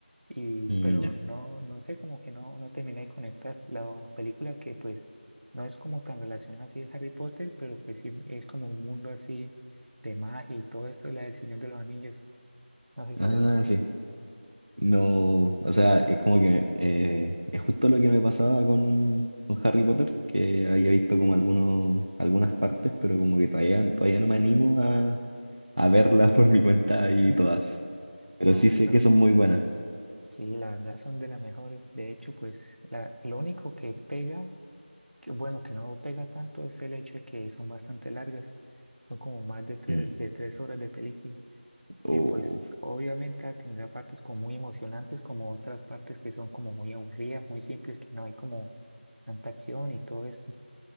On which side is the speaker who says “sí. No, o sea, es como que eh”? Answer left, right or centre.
Right